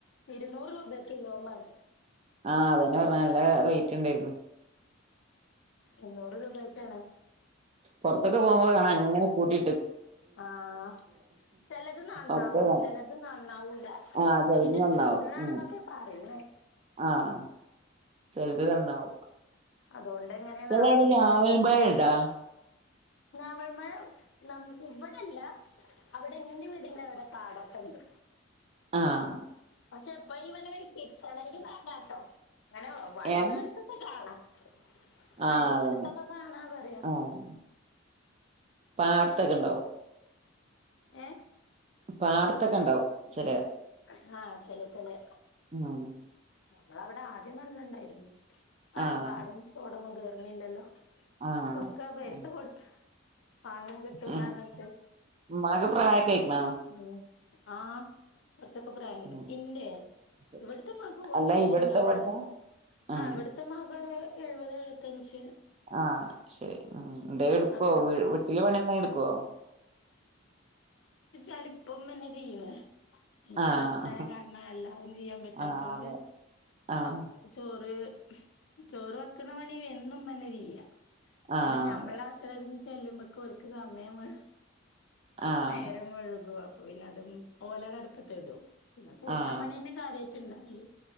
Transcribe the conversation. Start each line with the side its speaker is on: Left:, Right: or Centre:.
Left: ഇരുനൂറ് രൂപ കിലോ പർ
Right: ആഹ് അതെന്നെ പറഞ്ഞ നല്ല റേ റ്റ് ണ്ടായിരുന്നു
Left: എണ്ണുറ് രൂപായൊ ക്കെയാ ണ്
Right: പുറത്തൊക്കെ പോകുമ്പോ കാണ അങ്ങനെ കൂട്ടി
Left: ആഹ് ചിലത് നന്നാവും
Right: ഒക്കെ കാണാം
Left: ചിലത് നന്നാവൂല
Right: ആഹ്
Left: അപ്പൊതിന്നെ
Right: ചെലത് നന്നാവും
Left: സീസൺ ആണെന്നൊക്കെ
Right: ഉം
Left: പറയണേ
Right: ആഹ് ചെലത് നന്നാവും
Left: അതുകൊണ്ട് എങ്ങനെയാണാവ
Right: ചില അവിടെ രാവലും ഭയണ്ടാ
Left: നാവൾമഴ ന ഇവിടെല്ല അവിടെ എന്റെ വീടിിലും അവിടെ കാടൊക്കെ ഉണ്ട്
Right: ആഹ
Left: പക്ഷെ എപ്പ ഇ പറനെ കെറ്റായി വടാട്ടോ അങ്ങനെ വഴിയോർത്തൊക്കെ
Right: ഏഹ്
Left: കാണാം വഴിയോരത്തൊക്കെ
Right: ആഹ് അതന്നെ
Left: കാണാ പറയാ
Right: ആഹ് പാടത്തൊക്കെ ഇണ്ടാവും
Left: ഏഹ
Right: പാടത്തൊക്കെ ഉണ്ടാവും ചെറയാ
Left: ആഹ ചല തല്ലെ
Right: ആഹ
Left: നമ്മളവിടെ ആ ന ആ
Right: ആഹ്
Left: ഉങ്ങയില്ലല്ലോ
Right: ആഹ്
Left: പക്ക ബയസ കൊടുത്ത ആ അങ്ങനെ കിട്ടന്നാരട്ട
Right: ഉം ഉമ്മാക്ക് പ്രായൊക്കെ ആയിക്ക്ണോ
Left: ഉം ആഹ കുറച്ചൊക്കെ പ്രായുണ്ട്
Right: ഉം
Left: ഇന്ത്യ
Right: ശരി
Left: ഇവിടത്തെ മാക്ക്
Right: അല്ല
Left: അത്യാവശ്യം
Right: ഇവിടുത്തെ
Left: പ്രായ
Right: ഇവിടുത്തെ ആഹ്
Left: ആ ഇവിടത്തെ മാക്ക്രു എഴുപത് എഴുപത്തഞ്ച്
Right: ആ ശരി ഉ എന്ത എടുക്കുവോ
Left: അത്രയൊക്കെ
Right: വീട്ടില് പണിയന്താ എടുക്കുവോ
Left: എന്ന ഇപ്പം എന്നന്നെ ചെയ്യുന്ന എനിക്ക്
Right: ആഹ്
Left: റെസ്റ്റായകാരണം എല്ലാവും ചെയ്യാൻ പറ്റാത്ത
Right: ആഹ്
Left: കൊണ്ട്
Right: അതെ ആഹ്
Left: ആ ചോറ് ചോറ് വെക്കണ പണി എന്നുംഉമ്മന്നെ ചെയ്യ കാരണം
Right: ആഹ്
Left: ഞമ്മളസര
Right: അതെ
Left: <inaudible> ചെല്ലുമ്പക്കലക്ക്ഓല്ക്ക് സമയംവെ
Right: ആഹ്
Left: നേരം മുഴുവ പ്പ പിന്നെ അതും ഓലടെ അടുപ്പതേടും പിന്നെ കൂട്ടാമണേന്റെ
Right: ആഹ്
Left: കാര്യ തിന്നാലി